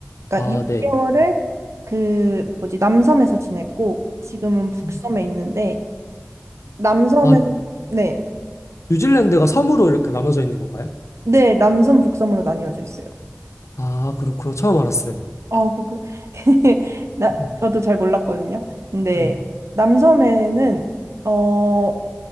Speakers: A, on the right (about 80°); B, on the left (about 85°).
A: 그러니까
B: 아,
A: 6개월을
B: 네.
A: 그 뭐지 남섬에서 지냈고 지금은 북섬에
B: 음.
A: 있는데 남섬에서
B: 아,
A: 네,
B: 뉴질랜드가 섬으로 이렇게 나눠져 있는 건가요?
A: 네, 남섬 북섬으로 나뉘어져 있어요.
B: 아, 그렇구나. 처음 알았어요.
A: 어, 그렇군. <laughs> 나,
B: 음,
A: 저도 잘 몰랐거든요. 근데
B: 네.
A: 남섬에는, 어,